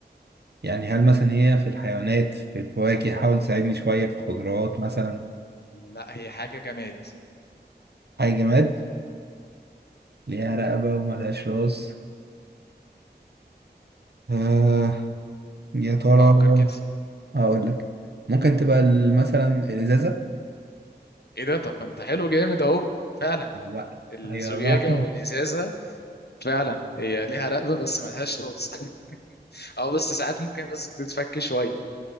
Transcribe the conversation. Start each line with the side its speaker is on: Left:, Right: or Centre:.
Right: يعني هل مثلا هي في الحيوانات في الفواكه حاول تساعدني شوية في الخضروات مثلا
Left: لا هي حاجه جماد
Right: أي جماد ليها رقبة وملهاش راس آه يا ترى
Left: فكر كده
Right: هقول لك ممكن تبقى ال- مثلا الإزازة
Left: ايه ده طب ما انت حلو جامد اهو فعلا
Right: بقى
Left: <laughs> الزجاجه
Right: أيوة بقى
Left: والازازه فعلا هي ليها رقبه بس ملهاش راس <laughs> اه بس ساعات ممكن الراس تتفك شويه